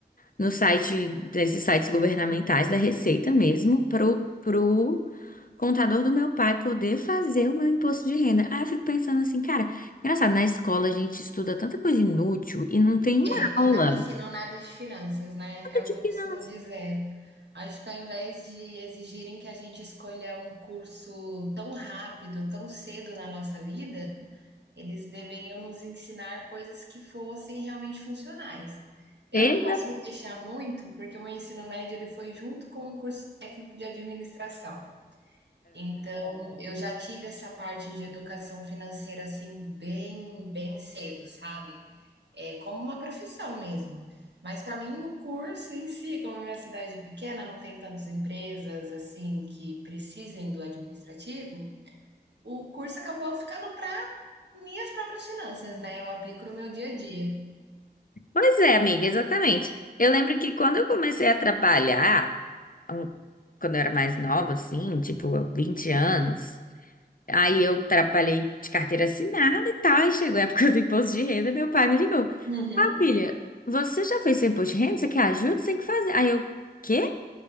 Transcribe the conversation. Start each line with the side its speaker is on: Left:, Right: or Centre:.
Left: no site desses sites governamentais da Receita mesmo pro pro contador do meu pai poder fazer o meu imposto de renda. Aí eu fico pensando assim, cara, engraçado, na escola a gente estuda tanta coisa inútil e não tem uma
Right: É,
Left: aula
Right: e não ensinam nada de finanças, né? É o
Left: de
Right: que eu
Left: finanças.
Right: costumo dizer. Acho que ao invés de exigirem que a gente escolha um curso tão rápido, tão cedo na nossa vida, Eles deveriam nos ensinar coisas que fossem realmente funcionais. Eu
Left: Exa-
Right: não posso me queixar muito, porque o meu ensino médio ele foi junto com o curso técnico de administração. Então, eu já tive essa parte de educação financeira assim bem, bem cedo, sabe? É como uma profissão mesmo. Mas para mim o curso em si, como é minha cidade é pequena, não tem tantas empresas assim que precisem do administrativo, o curso acabou ficando para minhas próprias finanças, né? Eu aplico no meu dia a dia.
Left: Pois é, amiga, exatamente. Eu lembro que quando eu comecei a trabalhar, um- quando eu era mais nova, assim, tipo, 20 anos, aí eu trabalhei de carteira assinada e tal, aí chegou a época do imposto de renda, meu pai me ligou.
Right: Uhum.
Left: Ah, filha, você já fez seu imposto de renda? Você quer ajuda? Você tem que fazer. Aí eu, quê?